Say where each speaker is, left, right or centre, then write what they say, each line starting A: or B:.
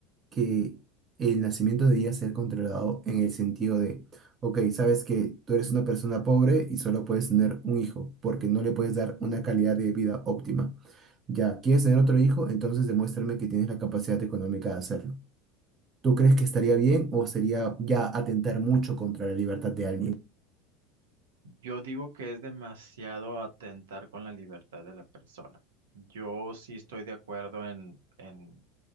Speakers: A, on the right (about 30°); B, on the right (about 65°).
A: que el nacimiento debería ser controlado en el sentido de, ok, sabes que tú eres una persona pobre y solo puedes tener un hijo porque no le puedes dar una calidad de vida óptima? Ya, ¿quieres tener otro hijo? Entonces demuéstrame que tienes la capacidad económica de hacerlo. ¿Tú crees que estaría bien o sería ya atentar mucho contra la libertad de alguien?
B: Yo digo que es demasiado atentar con la libertad de la persona. Yo sí estoy de acuerdo en, en,